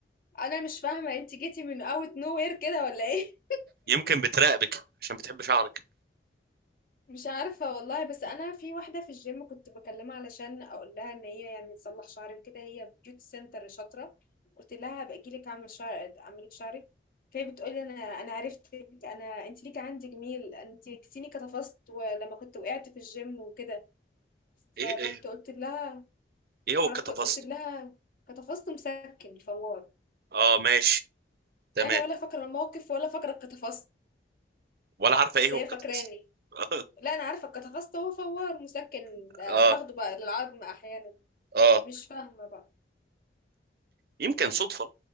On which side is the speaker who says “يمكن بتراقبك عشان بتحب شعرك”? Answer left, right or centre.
Right